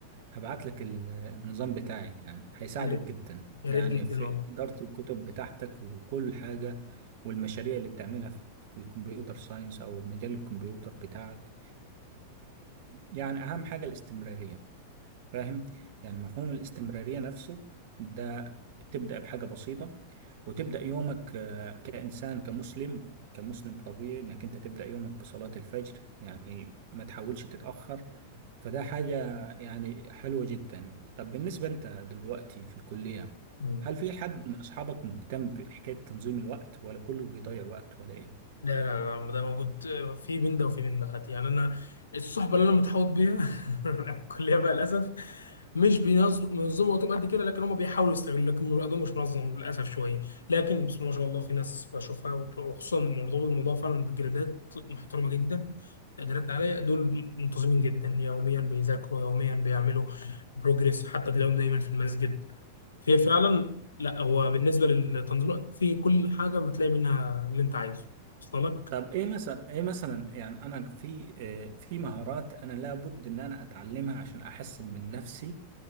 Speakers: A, on the right; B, on the left.
A: هبعت لك ال- آه، النظام بتاعي يعني هيساعدك
B: يا ريت
A: جدا
B: يا
A: يعني
B: ريت جدا
A: في اداره الكتب بتاعتك وكل حاجه والمشاريع اللي بتعملها في في الكمبيوتر ساينس او مجال الكمبيوتر بتاعك ويعني اهم حاجه الاستمراريه فاهم يعني مفهوم الاستمرارية نفسه ده تبدأ بحاجة بسيطة وتبدأ يومك آه، كإنسان كمسلم كمسلم طبيعي إنك أنت تبدأ يومك بصلاة الفجر يعني ما تحاولش تتأخر فده حاجة يعني حلوة جدا طب بالنسبة أنت دلوقتي في الكلية
B: والله
A: هل في حد من أصحابك مهتم بحكاية تنظيم الوقت ولا كله بيضيع وقت ولا إيه؟
B: لا لا لا ده موجود في من ده وفي من ده حتى يعني انا الصحبه اللي انا متحوط بيها <laughs> في الكليه بقى للاسف مش بينظموا وقتهم قد كده لكن هم بيحاولوا يستغلوا لكن وقتهم مش منظم للاسف شويه لكن بسم الله ما شاء الله في ناس بشوفها وخصوصا مرتبط الموضوع فعلا بجريدات محترمه جدا تقديرات عاليه دول منتظمين جدا يوميا بيذاكروا يوميا بيعملوا بروجريس حتى تلاقيهم دايما في المسجد في فعلا لا هو بالنسبه للتنظيم الوقت في كل حاجه بتلاقي منها اللي انت عايزه وصل لك
A: طب ايه مثلا ايه مثلا يعني انا في آه، في مهارات انا لابد ان انا اتعلمها عشان احسن من نفسي